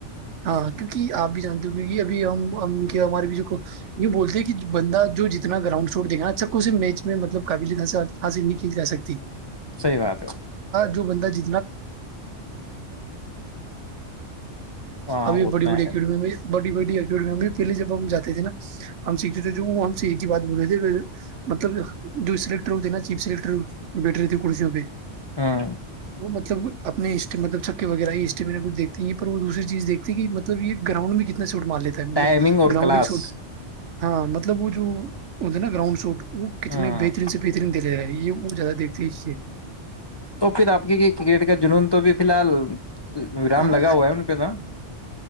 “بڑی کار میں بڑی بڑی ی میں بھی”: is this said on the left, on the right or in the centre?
Right